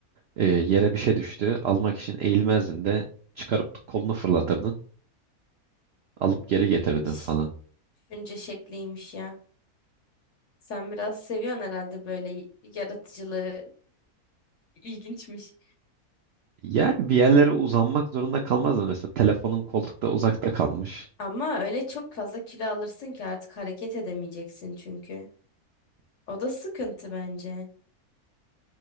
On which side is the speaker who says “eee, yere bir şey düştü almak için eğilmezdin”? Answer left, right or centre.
Right